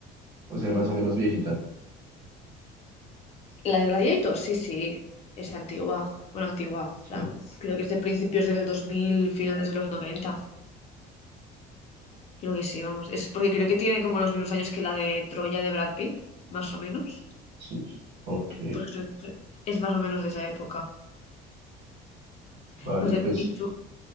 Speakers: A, on the right; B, on the left.
A: o sea,
B: mm.
A: más o menos viejita.
B: La de Gladiator, sí, sí. Es antigua. Bueno, antigua.
A: Sí,
B: plan, creo que es de principios del 2000 finales de los noventa Creo que sí, vamos. Es porque creo que tiene como los mismos años que la de Troya de Brad Pitt, más o menos.
A: sí. Ok,
B: Pues creo que es más o menos de esa época.
A: vale,
B: No sé,
A: pues.
B: ¿y tú?